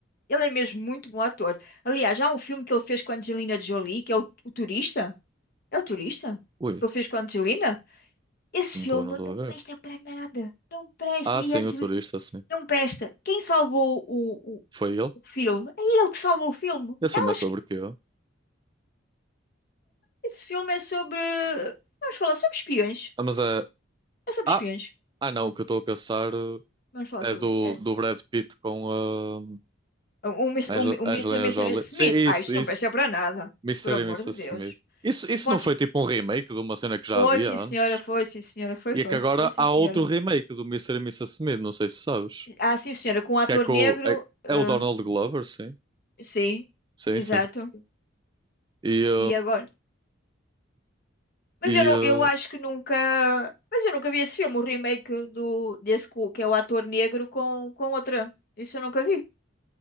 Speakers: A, on the left; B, on the right.
A: Ele é mesmo muito bom ator. Aliás, há um filme que ele fez com a Angelina Jolie, que é o, o Turista. É o Turista?
B: ui,
A: Que ele fez com a Angelina? Esse
B: não
A: filme
B: estou, não estou
A: não
B: a ver.
A: presta para nada. Não presta.
B: Ah,
A: E
B: sim,
A: antes,
B: o turista, sim.
A: não presta. Quem salvou o, o,
B: Foi ele?
A: o filme é ele que salvou o filme.
B: Esse
A: Elas,
B: filme é sobre o quê?
A: esse filme é sobre. Vamos falar sobre espiões.
B: Ah, mas é.
A: É sobre
B: Ah,
A: espiões.
B: ah não, o que eu estou a pensar eh,
A: Vamos falar sobre
B: é do,
A: isso. É.
B: do Brad Pitt com a
A: O, o, Miss-
B: Angel
A: o,
B: Angelina
A: o Mr. Mr.
B: Jolie. Sim,
A: Smith.
B: isso,
A: Ah, isto
B: isso.
A: não presta para nada.
B: Mr.
A: Por amor
B: e Mrs.
A: de Deus.
B: Smith. Isso,
A: Tu
B: isso
A: podes.
B: não foi tipo um remake de uma cena que já
A: Foi,
B: havia
A: sim,
B: antes?
A: senhora. Foi, sim, senhora. Foi,
B: E
A: foi.
B: é que agora
A: Foi, sim,
B: há
A: senhora.
B: outro remake do Mr. e Mrs. Smith, não sei se sabes.
A: Ah, sim, senhora. Com um ator
B: Que é com.
A: negro.
B: É,
A: ah,
B: é o Donald Glover, sim.
A: sim.
B: Sim,
A: Exato.
B: sim. E, uh,
A: E agora? Mas
B: e
A: eu, não,
B: uh,
A: eu acho que nunca. Mas eu nunca vi esse filme, o remake do, desse cu, que é o ator negro com, com outra. Isso eu nunca vi.